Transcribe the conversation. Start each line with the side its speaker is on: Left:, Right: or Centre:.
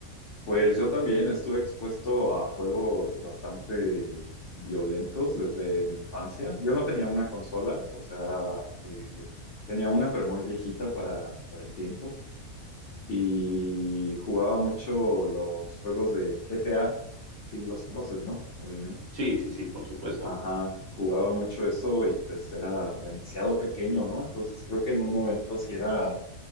Left: Pues yo también estuve expuesto a juegos bastante violentos desde mi infancia. Yo no tenía una consola, o sea, eh, tenía una pero muy viejita para, para el tiempo y jugaba mucho los juegos de GTA, si los conoces, ¿no? Obviamente.
Right: Sí, sí, sí, por supuesto.
Left: Ajá, jugaba mucho eso y pues era demasiado pequeño, ¿no? Entonces creo que en un momento sí era